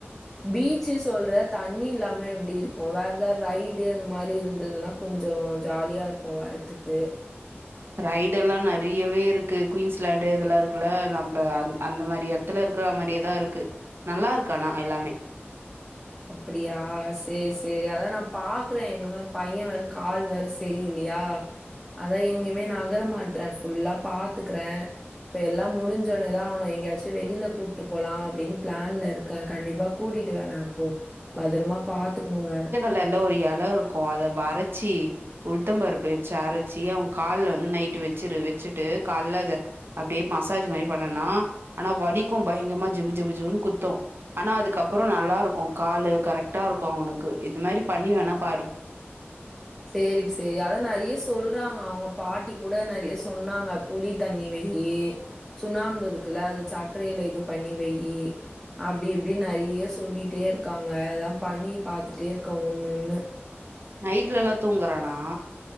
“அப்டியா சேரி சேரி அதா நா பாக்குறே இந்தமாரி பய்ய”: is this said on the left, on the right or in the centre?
Centre